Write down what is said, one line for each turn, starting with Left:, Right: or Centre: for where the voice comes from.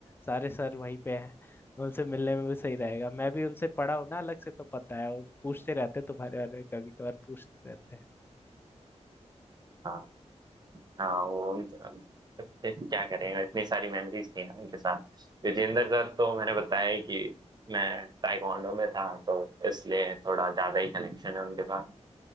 Left: सारे सर वहीं पे हैं उनसे मिलने में भी सही रहेगा मैं भी उनसे पढ़ा हूँ ना अलग से तो पता है वो पूछते रहते तुम्हारे बारे में कभी कभार पूछते रहते हैं
Right: हाँ हाँ वो फिर क्या करेंगे इतनी सारी मेमोरीज थी ना उनके साथ विजेंद्र दत्त तो मैंने बताया ही कि मैं ताइक्वांडो में था तो इसलिए थोड़ा ज्यादा ही कनेक्शन है उनके साथ